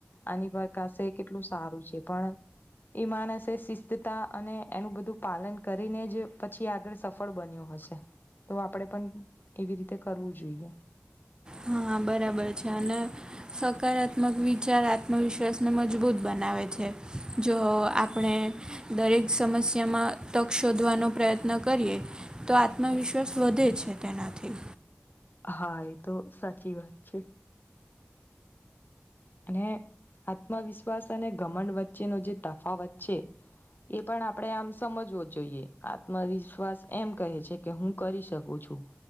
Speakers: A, on the left; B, on the right.
A: આની પ્રકાસે કેટલું સારું છે પણ એ માણસે શિસ્તતા અને એનું બધું પાલન કરીને જ પછી આગળ સફ સફળ બન્યો હશે તો આપણેે પણ એવી રીતે કરવું જોઈએ.
B: હા બરાબર છે અને સકારાત્મક વિચાર આત્મવિશ્વાસને મજબૂત બનાવે છે જો આપણે દરેક સમસ્યામાં તક શોધવાનો પ્રયત્ન કરીએ તો આત્મવિશ્વાસ વધે છે તેનાથી
A: હા એ તો સાચી વાત છે. અને આત્મવિશ્વાસ અને ઘમંડ વચ્ચેનો જે તફાવત છે. એ પણ આપણેે આમ સમજવો જ જોઈએ આત્મવિશ્વાસ એમ કહે છે, કે હું કરી શકું છું.